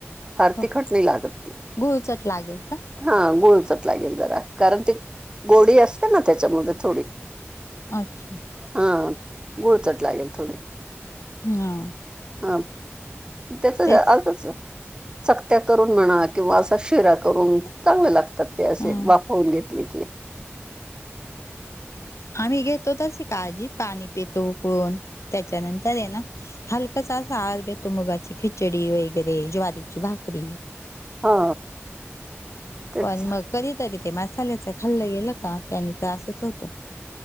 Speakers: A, on the right; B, on the left.
A: फार
B: हो
A: तिखट नाय लागत ती.
B: गुळचट लागेल का?
A: हा गुळचट लागेल जरा कारण ती गोडी असते ना त्याच्यामधे थोडी.
B: अच्छा.
A: हा गूळचट लागेल थोडी.
B: हा.
A: हा, त्याचच
B: तेच
A: आतच, चकत्या करून म्हणा किंवा असा शिरा करून चांगल लागतात ते,
B: हा
A: कींवा फोडणीतऽ <unintelligible>
B: आम्ही घेतो तशी काळजी, पाणी पेतो उकळुन, त्याच्यानंतर आहे ना हलकाऽ कसा सार घेतो मुगाची खिचडी वगैरे, ज्वारीची भाकरी.
A: हा. तेच
B: पण मग कधीतरी ते मसाल्याचं खाल्लं गेलं का त्यानी त्रासच होतो.